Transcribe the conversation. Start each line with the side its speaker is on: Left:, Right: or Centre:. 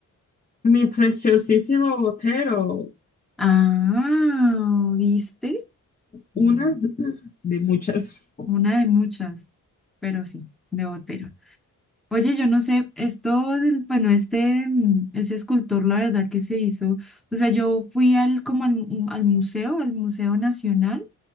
Left: Mi preciosísimo Botero.
Centre: Ah, ¿viste?
Left: Una
Centre: Mm,
Left: de muchas.
Centre: Una de muchas, pero sí, de Botero. Oye, yo no sé, esto del, bueno, este, mm, ese escultor, la verdad que se hizo, o sea, yo fui al, como al, mu- al museo, al Museo Nacional,